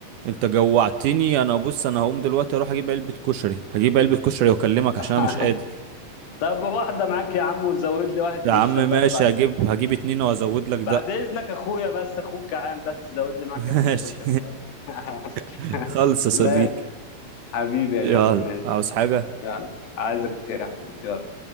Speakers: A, on the right; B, on the left.
A: انت جوعتني انا بص انا هقوم دلوقتي اروح اجيب علبة كشري هجيب علبة كشري واكلمك
B: <laughs>
A: عشان انا مش قادر
B: طب واحدة معاك يا عم وزود لي واحد عيش
A: يا عم ماشي
B: الله يرضى عليك
A: هجيب
B: يا
A: هجيب
B: اخوي
A: اتنين وازود لك ده
B: بعد اذنك اخويا بس اخوك جعان بس زود لي معاك
A: <laughs> ماشي
B: علبه كشري طيب. <laughs>
A: <laughs> خلص يا صديقي
B: ماشي حبيبي يا
A: يلا
B: غالي ماشي
A: عاوز حاجة
B: يلا عايزك بخير يا حبيبي يلا